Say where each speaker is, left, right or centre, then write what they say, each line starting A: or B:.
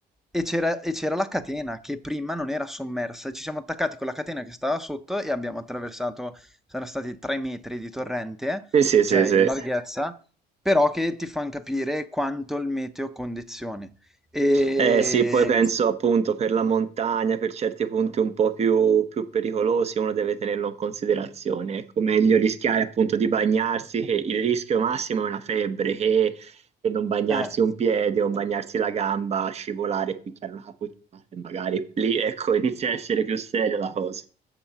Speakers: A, in the centre; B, on the right (about 40°).
A: e c'era e c'era la catena che prima non era sommersa. Ci siamo attaccati con la catena che stava sotto e abbiamo attraversato, saranno stati 3 metri di torrente,
B: Sì, sì, sì,
A: cioè
B: sì.
A: in Eh sì. larghezza, però che ti fanno capire quanto il meteo condizioni. E...
B: Eh, sì, poi penso appunto per la montagna, per certi punti un po' più, più pericolosi, uno deve tenerlo in considerazione. Ecco, meglio rischiare appunto di bagnarsi, che il rischio massimo è una febbre, che per non bagnarsi
A: eh.
B: un piede o bagnarsi la gamba, scivolare, picchiare una capocciata e magari lì, ecco, <laughs> inizia a essere più seria la cosa.